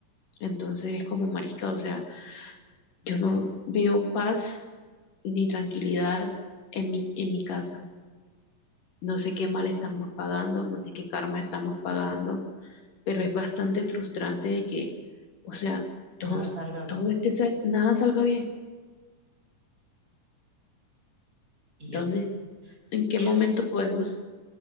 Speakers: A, on the left; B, on the right.
A: Entonces es como marisca, o sea. Yo no veo paz ni tranquilidad en mi, en mi casa. No sé qué mal estamos pagando, no sé qué karma estamos pagando, pero es bastante frustrante de que, o sea, todos,
B: nada salga bien.
A: todo este, sal- nada salga bien.
B: Y
A: ¿Dónde,
B: yo te entiendo.
A: en qué
B: Mira,
A: momento podemos,